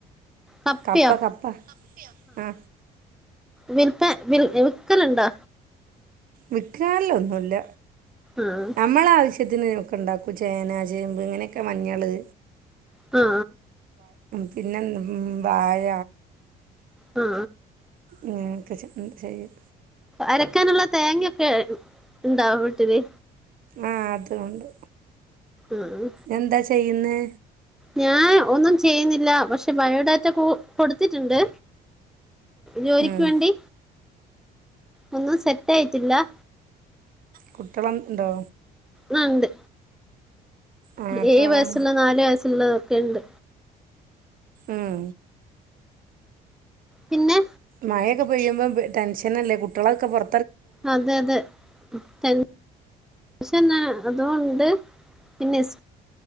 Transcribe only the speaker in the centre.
കപ്പയോ
വിൽപ്പ് വിൽ വിക്കലുണ്ടാ
ആഹ്
ആ
ആ
അരക്കാനുള്ള തേങ്ങൊക്കെ ഇണ്ടാ വീട്ടില്
ആഹ്
ഞാൻ ഒന്നും ചെയ്യുന്നില്ല പക്ഷെ ബയോഡാറ്റ കൊടുത്തിട്ടുണ്ട് ജോലിക്ക്
വേണ്ടി ഒന്നു സെറ്റായിട്ടില്ല
നണ്ട്
ഏഴ്
വയസ്സുള്ള നാല് വയസ്സുള്ളതൊക്കെ ണ്ട്
പിന്നെ
അതെ അതെ ത പക്ഷെ ന്നാ അതോണ്ട് പിന്നെ സ്